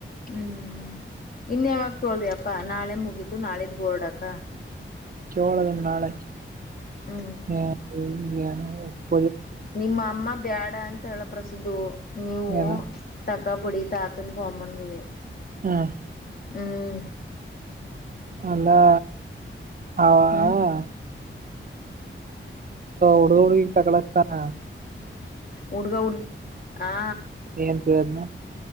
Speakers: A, on the left; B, on the right.
A: ಹ್ಮ್, ಇನ್ವಾಗ ತೋಳ್ದಿಪ್ಪಾ ನಾಳೆ ಮುಗೀತು ನಾಳೆದ ಓರಡಕ.
B: ಚೋಳದ ನಾಳ
A: ಹ್ಮ್
B: ಹ <unintelligible>
A: ನಿಮ್ಮ ಅಮ್ಮ ಬ್ಯಾಡ, ಅಂತ ತಳಪಸ್ದ <unintelligible> ನೀವು
B: ಏನ
A: ತಕಬುಡಿ ತಾತನ್ಗೂ ಅಮ್ಮನ್ಗೂವೇ.
B: ಹಾ <inaudible>
A: ಹ್ಮ್,,
B: ಅಲ್ಲಾ, ಅವಾ
A: ಹ್ಮ್
B: ಅ ಉಡುಡಿ ತಗಲತಾನ <unintelligible>
A: ಹುಡುಗಾ-ಹುಡ್ಗಿ ಹಾ,
B: ಏನು? ಪ್ರಯತ್ನ